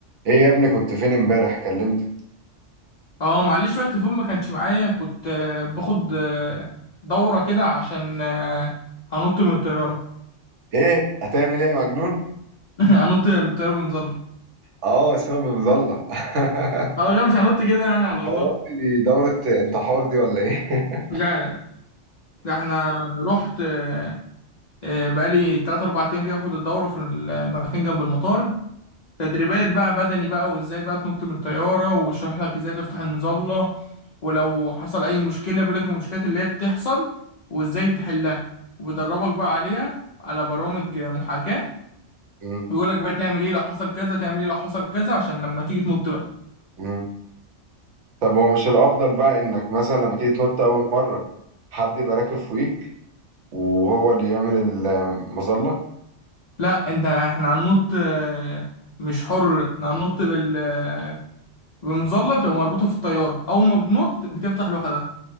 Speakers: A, on the right; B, on the left.
A: ايه يا ابني كنت فين امبارح كلمتك
B: اه معلش وقت فوق ما كانش معايا كنت آه، باخد آه، دورة كده عشان آه، هنط من الطيارة
A: ايه هتعمل ايه يا مجنون
B: <laughs> هنط من الطيارة بمظلة
A: اه اسمها بمظلة <laughs>
B: اه لا مش هنط كده يعني على الله
A: انا قلت دي دورة انتحار دي ولا ايه <laughs>
B: لا لا ده احنا رحت آه، آه، بقالي تلات أربع أيام كده باخد الدورة في المكان جنب المطار تدريبات بقى بدني بقى وازاي بقى تنط من الطيارة ويشرح لك ازاي تفتح المظلة ولو حصل أي مشكلة بيقول لك المشكلات اللي هي بتحصل وازاي تحلها وبيدربك بقى عليها على برامج محاكاة
A: مم.
B: بيقول لك بقى تعمل ايه لو حصل كذا تعمل ايه لو حصل كذا عشان لما تيجي تنط بقى
A: مم. طب هو مش الافضل بقى انك مثلا لما تيجي تنط اول مرة حد يبقى راكب فوقيك وهو اللي يعمل المظلة
B: لا انت احنا هننط آه، مش حر احنا هننط بال آه، بمظلة بتبقى مربوطة في الطيارة اول ما بتنط بتفتح لوحدها